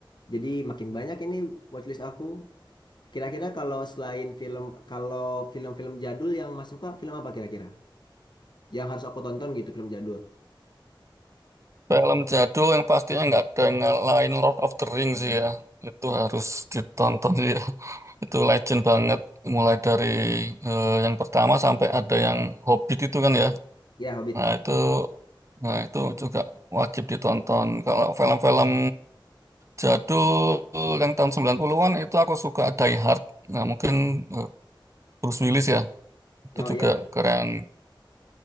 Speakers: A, on the left (about 55°); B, on the right (about 35°).
A: Jadi makin banyak ini watchlist aku. Kira-kira kalau selain film, kalau film-film jadul yang Mas suka, film apa kira-kira? Yang harus aku tonton gitu, film jadul.
B: Film jadul yang pastinya nggak ada yang lain Lord of the Rings sih ya. Itu harus ditonton sih ya. <laughs> Itu legend banget. Mulai dari eh, yang pertama sampai ada yang Hobbit itu kan ya.
A: Ya, Hobbit.
B: Nah itu, nah itu juga wajib ditonton. Kalau film-film jadul yang tahun 90-an itu aku suka Die Hard. Nah mungkin eh, Bruce Willis ya. Itu
A: Ya, oh, ya.
B: juga keren.